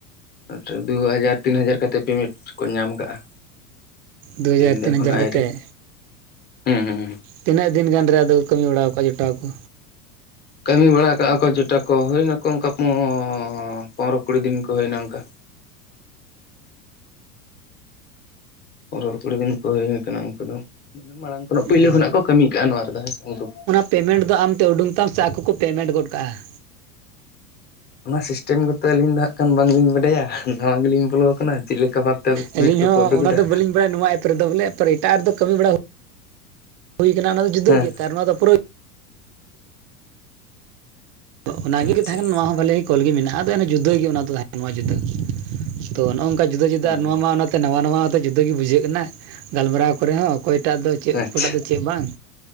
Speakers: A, on the left; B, on the right.
A: ᱟᱪᱷᱟ ᱫᱩ ᱦᱟᱡᱟᱨ ᱛᱤᱱ ᱦᱟᱡᱟᱨ ᱠᱟᱛᱮᱫ ᱯᱮᱢᱮᱱᱴ ᱠᱚ ᱧᱟᱢ ᱠᱟᱜᱼᱟ
B: ᱫᱩ ᱦᱟᱡᱟᱨ
A: ᱟᱹᱞᱤᱧ ᱫᱚ
B: ᱛᱤᱱ
A: ᱮᱠᱷᱚᱱᱳ
B: ᱦᱟᱡᱟᱨ
A: ᱟᱹᱣᱨᱤ
B: ᱠᱟᱛᱮᱫ
A: ᱦᱩᱸ ᱦᱩᱸ᱾
B: ᱛᱤᱱᱟᱹᱜ ᱫᱤᱱ ᱜᱟᱱ ᱨᱮ ᱟᱫᱚ ᱠᱟᱹᱢᱤ ᱵᱟᱲᱟᱣ ᱠᱟᱜᱼᱟ ᱡᱚᱴᱟᱣ ᱠᱚ
A: ᱠᱟᱹᱢᱤ ᱵᱟᱲᱟ ᱠᱟᱜᱼᱟ ᱠᱚ ᱡᱚᱴᱟ ᱠᱚ ᱦᱩᱭᱱᱟᱠᱚ ᱚᱱᱠᱟ ᱯᱚᱸᱻ ᱯᱚᱱᱨᱚ ᱠᱩᱲᱤ ᱫᱤᱱ ᱠᱚ ᱦᱩᱭᱱᱟ ᱚᱝᱠᱟ ᱯᱚᱱᱨᱚ ᱠᱩᱲᱤ ᱫᱤᱱ ᱠᱚ ᱦᱩᱭ ᱠᱟᱱᱟ ᱩᱱᱝᱠᱩ ᱫᱚ ᱢᱟᱲᱟᱝ ᱠᱷᱚᱱᱟᱜ ᱯᱳᱭᱞᱳ
B: ᱚ
A: ᱠᱷᱚᱱᱟᱜ ᱠᱚ ᱠᱟᱹᱢᱤ ᱛᱮᱦᱮᱜᱼᱟ ᱱᱚᱣᱟ ᱨᱮᱫᱚ ᱦᱮᱸᱥᱮ ᱩᱱᱠᱩ
B: ᱯᱮᱢᱮᱴ ᱫᱚ ᱟᱢᱛᱮ ᱩᱰᱩᱝ ᱛᱟᱢ ᱥᱮ ᱟᱠᱚ ᱠᱚ ᱯᱮᱢᱮᱴ ᱜᱚᱫ ᱠᱟᱜᱼᱟ
A: ᱚᱱᱟ ᱥᱤᱥ <unintelligible> ᱟᱹᱞᱤᱧ ᱫᱚ ᱦᱟᱸᱜ ᱠᱷᱟᱱ ᱵᱟᱝᱞᱤᱧ ᱵᱟᱰᱟᱭᱟ ᱱᱟᱣᱟ ᱜᱮᱞᱤᱧ ᱵᱚᱞᱚᱣ ᱟᱠᱟᱱᱟ ᱪᱮᱫ ᱞᱮᱠᱟ ᱵᱷᱟᱵ ᱛᱮ ᱯᱮᱸᱢᱮᱸᱴ
B: ᱟᱹᱞᱤᱧ
A: ᱠᱚᱠᱚ
B: ᱦᱚᱸ
A: ᱩᱰᱩᱠ
B: ᱚᱱᱟ
A: ᱫᱟ
B: ᱫᱚ ᱵᱟᱹᱞᱤᱧ ᱵᱟᱲᱟᱭᱟ ᱱᱚᱣᱟ ᱮᱯ ᱵᱚᱞᱮ ᱮᱴᱟᱜ ᱨᱮᱫᱚ ᱠᱟᱹᱢᱤ ᱵᱟᱲᱟ ᱦᱩᱭ ᱠᱟᱱᱟ ᱚᱱᱟ ᱫᱚ ᱡᱤᱫᱟᱹ
A: ᱦᱮᱸ
B: ᱟᱠᱟᱱᱟ ᱚᱱᱟ ᱫᱚ ᱡᱩᱫᱟᱹ ᱜᱮ ᱮᱱᱛᱤᱫ ᱚᱱᱟᱜᱮ
A: ᱟᱪᱪᱷᱟ
B: ᱛᱟᱦᱮ ᱠᱟᱱᱟ ᱱᱚᱣᱟ ᱦᱚᱸ ᱵᱟᱹᱞᱤ ᱠᱚᱞ ᱜᱮ ᱢᱮᱱᱟᱜᱼᱟ ᱟᱫᱚ ᱚᱱᱮ ᱡᱩᱫᱟᱹ ᱜᱮ ᱚᱱᱟ ᱫᱚ ᱛᱟᱦᱮ ᱠᱟᱱᱟ ᱱᱚᱣᱟ ᱡᱩᱫᱟᱹ ᱛᱚ ᱱᱚᱜ-ᱚᱝᱠᱟ ᱡᱩᱫᱟᱹ ᱡᱩᱫᱟᱹ
A: ᱦᱩᱸ
B: ᱟᱨ ᱱᱚᱣᱟ ᱢᱟ ᱚᱱᱟ ᱛᱚᱱᱟᱣᱟ ᱱᱟᱣᱟ ᱫᱚ ᱡᱩᱫᱟᱹ ᱜᱮ ᱵᱩᱡᱷᱟᱹᱜ ᱠᱟᱱᱟ ᱜᱟᱞᱢᱟᱨᱟᱣ ᱠᱚᱨᱮ ᱦᱚᱸ ᱚᱠᱚᱭᱴᱟᱜ ᱫᱚ ᱪᱮᱫ
A: ᱟᱪᱪᱷᱟ
B: ᱚᱠᱚᱭᱴᱟᱜ ᱫᱚ ᱪᱮᱫ ᱵᱟᱝ